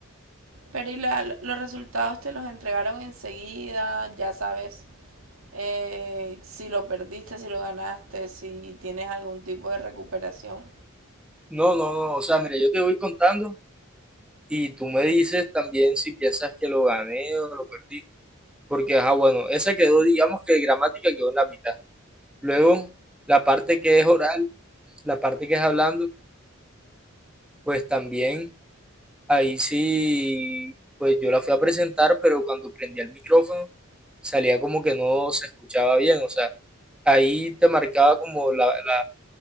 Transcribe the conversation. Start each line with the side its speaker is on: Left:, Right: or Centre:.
Right: Pero y la- los resultados te los entregaron enseguida, ya sabes eh, si lo perdiste, si lo ganaste, si tienes algún tipo de recuperación.
Centre: No, no, no. O sea, mira, yo te voy contando y tú me dices también si piensas que lo gané o lo perdí. porque, ajá, bueno, esa quedó, digamos que gramática quedó en la mitad. Luego, la parte que es oral, la parte que es hablando, pues también ahí sí, pues yo la fui a presentar, pero cuando prendía el micrófono salía como que no se escuchaba bien, o sea, ahí te marcaba como la, la,